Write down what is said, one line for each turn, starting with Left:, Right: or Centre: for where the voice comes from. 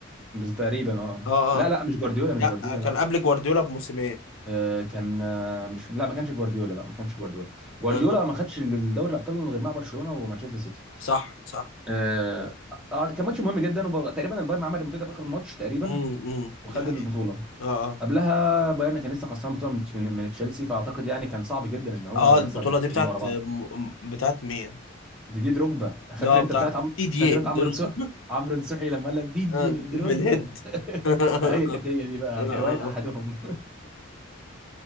Centre: بس تقريبا اه
Left: اه
Centre: لا
Left: اه
Centre: لا مش جوارديولا مش
Left: لا
Centre: جوارديولا لا
Left: كان قبل جوارديولا بموسمين
Centre: آه، كان آه، مش لا ما كانش جوارديولا لا ما كانش جوارديولا جوارديولا
Left: اه آه.
Centre: ما خدش الدوري الابطال غير مع برشلونة ومانشستر سيتي
Left: صح صح
Centre: آه آه، كان ماتش مهم جدا وتقريبا البايرن عمل ريمونتادا في اخر الماتش تقريبا
Left: امم امم
Centre: وخد
Left: دي حقيقة
Centre: البطوله
Left: اه اه
Centre: قبلها بايرن كان لسه خسران بطوله من من, من تشيلسي فاعتقد يعني كان صعب جدا ان هو
Left: اه
Centre: يخسر
Left: البطولة
Centre: نهائيين
Left: دي بتاعت
Centre: ورا بعض
Left: م- م- بتاعت مين؟
Centre: ديدي دروجبا فاكر
Left: ده آه،
Centre: انت
Left: بتاع
Centre: بتاعت عم...
Left: تي دي
Centre: فاكر
Left: اي
Centre: انت
Left: دي
Centre: عمرو
Left: رو-
Centre: نصوحي عمرو نصوحي لما قال لك ديدي
Left: آه،
Centre: دروجبا
Left: بالهيد <laughs>
Centre: <laughs>
Left: اه
Centre: هي كانت هي دي بقى
Left: اه
Centre: في روايه احدهم